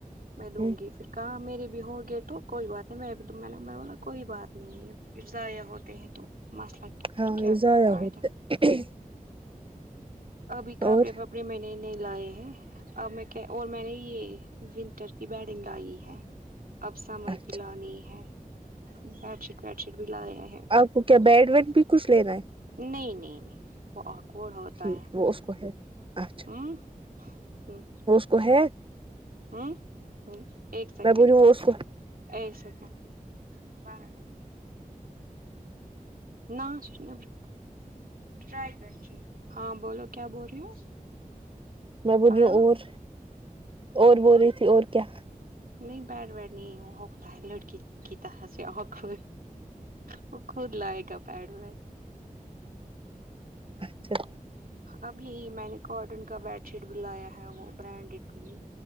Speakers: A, on the right; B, on the right.
A: میں
B: ہ
A: دوں گی پھر ہاں میرے بھی ہو گئے تو کوئی بات نہیں میں نے ب کوئی بات نہیں ہے پھر ضائع ہوتے ہیں تو مسئلہ
B: ہاں
A: پھر کیا
B: یہ ضائع
A: فائدہ
B: ہوتا
A: ابھی کپڑے
B: اور
A: وپڑے میں نے نہیں لائے ہیں اب میں کہ اور میں نے یہ ونٹر کی بیڈنگ لائی ہے اب سمر
B: اچھا
A: کی لانی ہے بیڈ شیٹ ویڈ شیٹ بھی لاے ہے
B: آپ کو کیا
A: نہیں
B: بیڈ ویٹ بھی کچھ لینا ہے
A: نہیں نہیں وہ اکڑ ہوتا
B: ٹھیک
A: ہے
B: وہ اس کو ہے اچھا
A: ہوں ہ
B: اس کو ہے
A: ہوں ہ ایک سیکنڈ
B: میں بول رہی ہوں اس کو
A: ایک سیکڈ بارہ لگ نہ س نبر ٹرائی پنسیو ہاں بولو کیا بول رہی ہو
B: میں بول
A: ہلو
B: رہی ہوں اور اور بول رہی تھی اور کیا
A: نہیں بیڈ بیٹ نہیں ہوتا ہے لڑکیتا سے آق وہ خود لائے گا بیڈ میں
B: اچھا
A: اب یہی میں نے کاٹن کا بیڈ شیٹ بھی لایا ہے وہ برانڈیڈ بھی